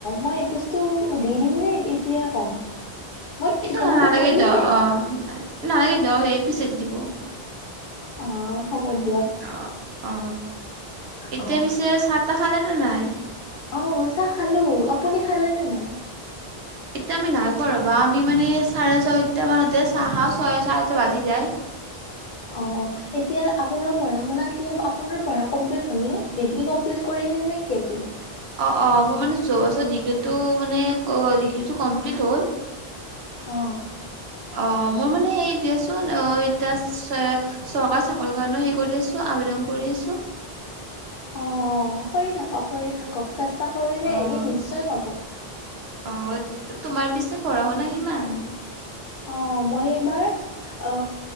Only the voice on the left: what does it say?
মই এড্ৰেছটো দি দিম নে এতিয়া ক'ম? মই ঠিকনাটো
কৈ দিম
নে
অ হ'ব দিয়ক
অ
অ চাহ খালো আপুনি খালে নে নাই?
অ', এতিয়া আপোনাৰ পঢ়া শুনা কি হব, আপোনাৰ পঢ়া কমপ্লিত হল নে, ডিগ্ৰী কমপ্লিত কৰিলে নে আপুনি?
অ
অ কৰি থাকক কৰি থাকক চেষ্টা কৰিলে
এদিন নিশ্চয় পাব
অ মই এইবাৰ অ